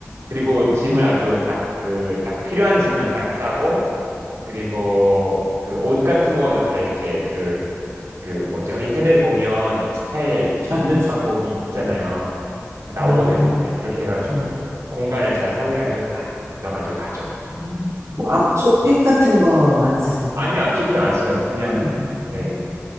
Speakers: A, on the right (about 70°); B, on the right (about 85°).
A: 그리고 짐을
B: 아,
A: 아주 딱 그, 딱 필요한 짐만 딱 싸고, 그리고 그 옷 같은 거도 다 이렇게 그 그 뭐죠? 인터넷에 보면 잘 접는
B: 앞,
A: 방법이 있잖아요. 그 나오거든요.
B: 아,
A: 예, 그렇게 해가지고
B: 음,
A: 공간을 잘 사용해가지고 딱 넣어가지고 가죠.
B: 음. 뭐 압축팩 같은 거 많이 쓰세요?
A: 아니, 요 압축팩 안 써요. 그냥
B: 음, 음,
A: 네,